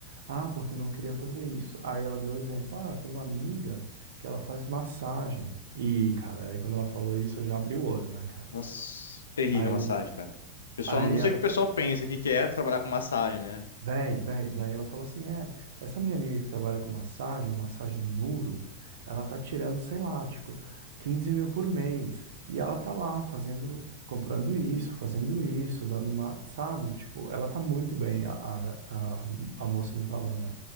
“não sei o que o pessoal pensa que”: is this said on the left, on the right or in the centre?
Left